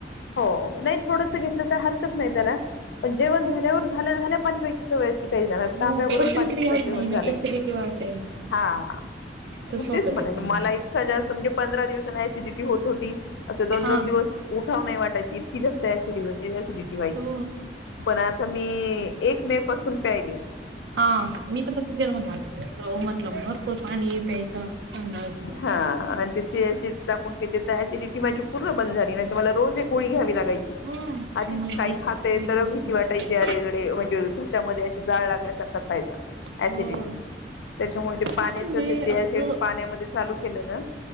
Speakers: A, on the left (about 80°); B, on the right (about 75°).
A: हो. नाही थोडस घेतलं तर हरकत नाही त्याला, पण जेवण
B: हो,
A: झाल्यावर, झाल्या झाल्या पाणी प्यायच सवय काही जणांना,
B: हो
A: तांब्या भरून
B: पचनक्रिया
A: पाणी पितात
B: होत
A: जेवण
B: नाही मग
A: झालं
B: ऍसिडिटी
A: की.
B: वाढते.
A: हा
B: तसं होतं
A: तेच म्हणाले,
B: त्याच्याने.
A: मला इतका जास्त म्हणजे पंधरा दिवसां अॅसिडिटी होत होती. असे दोन
B: हां,
A: दोन दिवस खाऊ नाही वाटायचे इ. तके जास्त ऍसिडिटी व्हायची.
B: हो
A: पण आता मी एक मे पासून प्यायली
B: हा. मी पण तसच गरमत म्हटलं भरपूर पाणी प्यायचं चांगलं असतं.
A: हा ते चिया सिड्समुळे माझी पूर्ण बंद झाली. नाही तर मला रोज एक गोळी घ्यावी लागते.
B: हो
A: <unintelligible> आधीच
B: नाही
A: काही
B: सगळं
A: खातेय
B: ते
A: तर
B: पण
A: भीती
B: सांगतात
A: वाटायची.
B: नाही
A: अडकले म्हणजे घशामध्ये अशी जाळ लागल्या ऍसिडिटीने,
B: हो
A: त्यामुळे ते पाण्याचे
B: कसं म्हणजे
A: चिया
B: असं
A: सिड पाण्यामधे चालून केलं ना